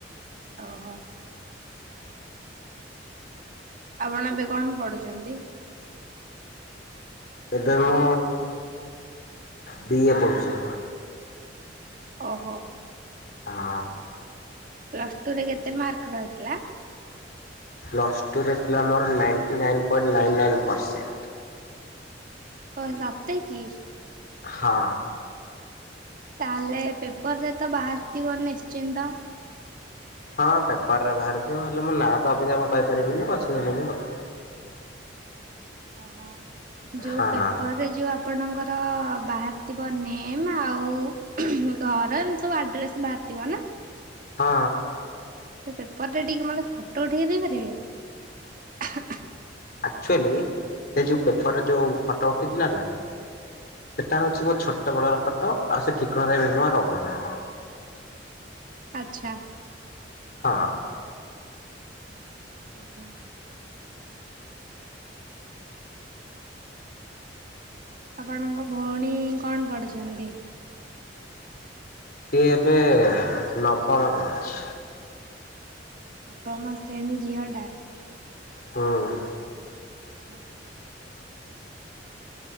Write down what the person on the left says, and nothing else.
ଏବେ ମୁଁ ବି ଏ ପଢ଼ୁଚି।
ହଁ।
ପ୍ଲସ୍ ଟୁରେ ଥିଲା ମୋର ninety nine point nine nine percent.
ହଁ।
ହଁ ପେପର ରେ ବାହାରିଥିବ। ହେଲେ ମୋ ନାଁ ତ ଅବିକା ଆ ମୁଁ କହିପାରିବିନି ପଛଗଲେ ବି ହବ।
ହଁ
ହଁ।
ଆକ୍ଚୁଆଲି ସେ ଯୋଉ ପେପର ଯୋଉ ଫଟୋ ଉଠିଥିଲା ନା ସେଟା ହୋଉଚି ମୋ ଛୋଟ ବେଳର ଫଟୋ ଆଉ ସେ ଠିକଣାରେ ବି ମୁଁ ଆଉ ରୋହୁନି।
ହଁ।
ସିଏ ଏବେ ନବମ ପଢୁଛି।
ହୁଁ।